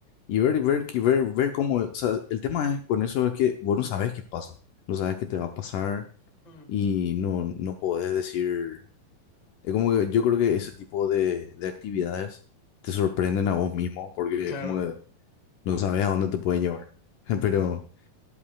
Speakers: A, on the left (about 75°); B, on the left (about 25°).
A: y ver, y ver, y ver, ver cómo, o sea, el tema es con eso es que vos no sabes qué pasa, no sabes qué te va a pasar
B: mm,
A: y no, no podés decir. Es como que yo creo que ese tipo de, de actividades te sorprenden a vos mismo porque
B: claro.
A: es como que no sabes a dónde te puede llevar. <laughs> Pero
B: Ujú.